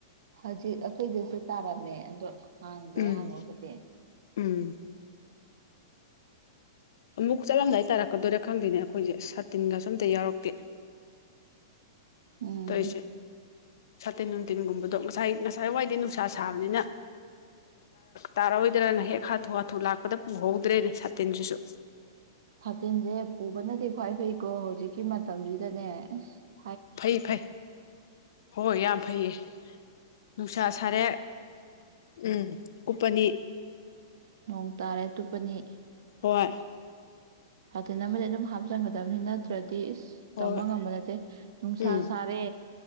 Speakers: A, on the right; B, on the left.
A: ꯍꯧꯖꯤꯈꯣꯏꯁꯦ ꯇꯥꯔꯥ ꯃ ꯍꯥꯡꯗ꯭ꯔꯦ
B: ꯎꯝ
A: ꯍꯥꯡꯉꯕꯗꯤ
B: ꯎꯝ ꯑꯃꯨꯛ ꯆꯠꯂꯝꯗꯥꯏ ꯇꯥꯔꯛꯀꯗꯣꯏꯔꯥ ꯈꯪꯗꯣꯏꯅꯦ ꯑꯩꯈꯣꯏꯁꯦ ꯁꯥꯇꯤꯟꯒꯁꯨ ꯑꯝꯇ ꯌꯥꯎꯔꯛꯇꯦ
A: ꯎꯝ
B: ꯇꯧꯔꯤꯁꯦ ꯁꯥꯇꯤꯟ ꯅꯨꯡꯊꯤꯟꯒꯨꯝꯕꯗꯣ ꯉꯁꯥꯏ ꯉꯁꯥꯏ ꯋꯥꯏꯗꯤ ꯅꯨꯡꯁꯥ ꯁꯥꯕꯅꯤꯅ ꯇꯥꯔꯔꯣꯏꯗ꯭ꯔꯅ ꯍꯦꯛ ꯍꯥꯊꯨ ꯍꯥꯊꯨ ꯂꯥꯛꯄꯗ ꯄꯨꯍꯧꯗ꯭ꯔꯦꯅꯦ ꯁꯥꯇꯤꯟꯁꯤꯁꯨ
A: ꯍꯥꯇꯤꯟꯁꯦ ꯄꯨꯕꯅꯗꯤ ꯈ꯭ꯋꯥꯏ ꯐꯩꯀꯣ ꯍꯧꯖꯤꯛꯀꯤ ꯃꯇꯝꯁꯤꯗꯅꯦ ꯑ
B: ꯐꯩ ꯐꯩ ꯍꯣꯏ ꯌꯥꯝ ꯐꯩꯌꯦ ꯅꯨꯡꯁꯥ ꯁꯥꯔꯦ ꯎꯝ ꯎꯞꯄꯅꯤ
A: ꯅꯣꯡ ꯇꯥꯔꯦ ꯇꯨꯞꯄꯅꯤ
B: ꯍꯣꯏ
A: ꯁꯥꯇꯤꯟ ꯑꯃꯗꯤ ꯑꯗꯨꯝ ꯍꯥꯞꯆꯟꯒꯗꯕꯅꯤ ꯅꯠꯇ꯭ꯔꯗꯤ
B: ꯍꯣꯏ
A: ꯇꯝꯕ ꯉꯝꯕ ꯅꯠꯇꯦ ꯅꯨꯡꯁꯥ
B: ꯎꯝ
A: ꯁꯥꯔꯦ